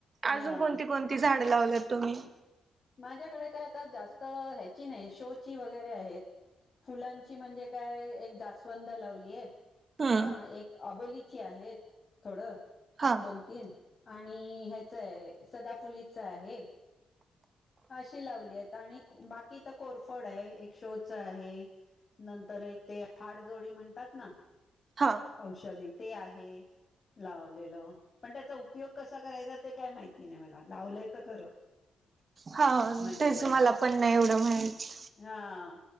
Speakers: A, on the left; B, on the right.
A: ह
B: अजून कोणती कोणती झाड लावलेत तुम्ही?
A: माझ्याकडे काय आता जास्त ह्याची नाही शोची वग वर आहेत फुलाची म्हणजे काय एक जास्वंद लावलीय.
B: हम्म
A: हा एक आबोलीची आहेत थोडं
B: हा
A: दोन तीन. आणि ह्याच आहे सदाफुलीच आहे. अशी लावली आहेत, आणि बाकी तर कोरफड आहे एक शोच आहे. नंतर एक ते हाडजोडी म्हणतात ना
B: हा
A: औषध ते आहे. लावलेलं पण त्याचा उपयोग कसा करायचा ते काय माहिती नाही मला लावलंय तर खरं.
B: हा
A: म्हणजे
B: तेच मला पण नाही एवढं माहित.
A: हा